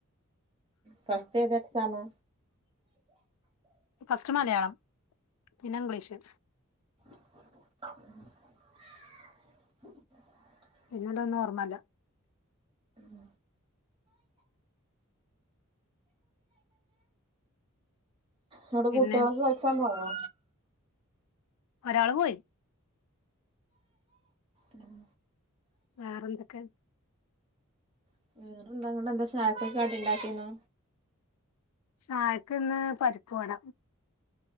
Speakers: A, on the right; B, on the left.
A: ഫസ്റ്റ് ഏത് എക്സാമ്.
B: ഫസ്റ്റ് മലയാളം പിന്നെ ഇംഗ്ലീഷ്
A: <inaudible>
B: പിന്നെള്ള ഒന്നും ഓർമല്ല
A: ഉം ന്നട്ട്
B: പിന്നെ
A: കുട്ടികൾകെ കളിച്ചാൻ പോയോ.
B: ഒരാള് പോയി.
A: ഉം
B: വേറെന്തൊക്കെ
A: <unintelligible> എന്താ ചായക്ക് കടി ഉണ്ടാക്കിയേനു
B: ചായക്ക് ഇന്ന് പരിപ്പുവട.